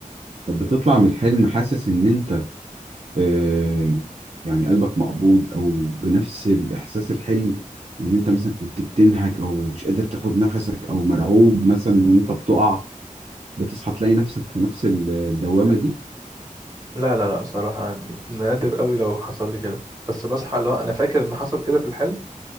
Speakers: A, on the right; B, on the right.
A: طب بتطلع من الحلم حاسس ان آه، يعني قلبك مقبوض او بنفس الاحساس الحلم ان انت مثلا كنت بتنهج او مش قادر تاخد نفسك او مرعوب مثلا وانت بتقع بتصحى تلاقي نفسك في نفس الدوامة دي
B: لا لا لا صراحة نادر قوي لو حصل لي كده بس بصحى اللي هو انا فاكر ان حصل كده في الحلم